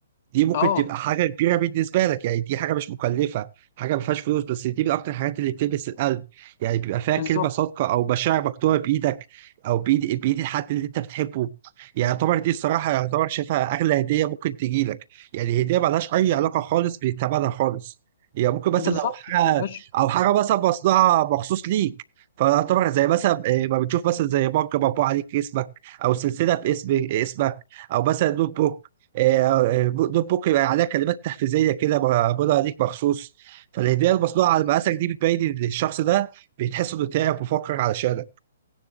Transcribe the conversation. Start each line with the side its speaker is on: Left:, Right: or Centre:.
Right: دي ممكن
Left: اه
Right: تبقى حاجة كبيرة بالنسبة لك يعني دي حاجة مش مكلفة حاجة ما فيهاش فلوس بس دي من أكتر الحاجات اللي بتلمس القلب يعني بيبقى فيها كلمة
Left: بالظبط
Right: صادقة أو مشاعر مكتوبة بإيدك أو بإيد بإيد الحد اللي أنت بتحبه يعني يعتبر دي الصراحة يعتبر شايفها أغلى هدية ممكن تجيلك يعني هدية ملهاش أي علاقة خالص بثمنها خالص هي يعني ممكن مثلا
Left: بالظبط
Right: لو حاجة
Left: ملهاش
Right: أو حاجة مثلا مصنوعة مخصوص ليك فيعتبر زي مثلا إيه، ما بتشوف مثلا زي مج مطبوع عليك اسمك أو سلسلة باسم اسمك أو مثلا نوت بوك آه، آه، دوبوك يبقى عليها كلمات تحفيزيه كده بقولها ليك مخصوص فالهديه المصنوعه على مقاسك دي بتبين إن الشخص ده بيتحس انه تعب وفكر علشانك